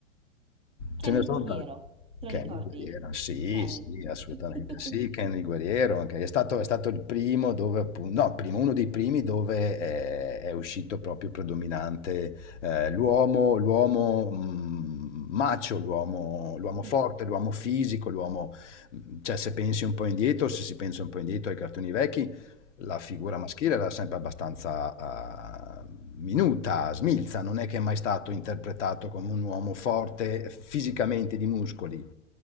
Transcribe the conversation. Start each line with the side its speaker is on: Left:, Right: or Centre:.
Right: Ken
Left: Ce ne
Right: il
Left: sono
Right: guerriero,
Left: tanti.
Right: te
Left: Kenny
Right: lo ricordi?
Left: Guerriero, sì,
Right: Ken.
Left: sì, assolutamente
Right: <laughs>
Left: sì, Kenny Guerriero, anche- è stato, è stato il primo dove, appunto, no, primo, uno dei primi dove eh, è, uscito proprio predominante eh, l'uomo, l'uomo mh, macio, l'uomo l'uomo
Right: Sì.
Left: forte, l'uomo fisico, l'uomo, mh, cioè se pensi un po' indietro, se si pensa un po' indietro ai cartoni vecchi, la figura
Right: ah,
Left: maschile era sempre abbastanza eh, minuta, smilza, non è che è mai stato interpretato come un uomo forte fisicamente di muscoli.